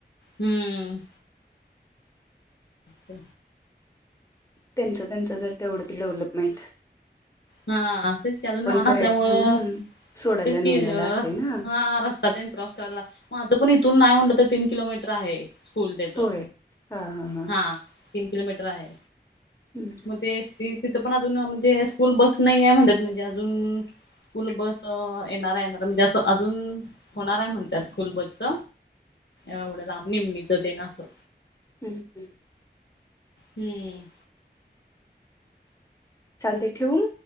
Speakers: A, on the left; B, on the left.
A: हम्म ते
B: त्यांचं त्यांचं तर तेवढंच डेवलपमेंट
A: हा तेच की अजून लहान
B: करायचं
A: असल्यामुळं
B: हम्म सोडायला
A: तेच
B: न्यायला
A: की
B: लागते ना
A: हा रस्तात क्रॉस करायला मग आता पण इथून नाही म्हणलं तर तीन किलोमीटर आहे स्कूल देतो
B: होय हा हा हा
A: हां तीन किलोमीटर आहे
B: हम्
A: मग ते तिथं पण अजून म्हणजे स्कूल बस नाही आहे म्हणतात म्हणजे अजून स्कूल बस येणार येणार म्हणजे असं अजून होणार आहे म्हणतात स्कूल बसच एवढं रामनमणीच ते ना असो
B: हं ह
A: हम्म
B: चालते ठेवून